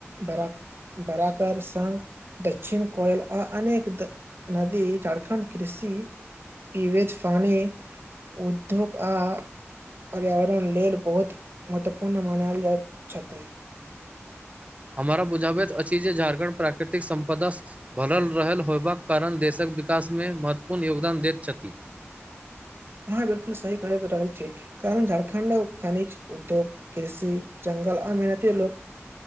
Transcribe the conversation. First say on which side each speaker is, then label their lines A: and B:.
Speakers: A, on the right; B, on the right.
A: बरा बरााकर संघ दक्षिण कोयल आ अनेक नदी झारखण्ड कृषि पिवेज फानी उदियोग आ पर्यावरण लेल बहुत महत्वपूर्ण मानयल जाइत छथि
B: हमराा बुझाबित अछि जे झारखण्ड प्राकृतिक संपदा भरल रहल होयबाक कारण देशक विकास मे महत्वपूर्ण योगदान दैत छथि
A: अहाँ बिल्कुल सही करैत रहल छी कारण झारखण्ड खनिज उद्योग कृषि जंगल अमनति लोक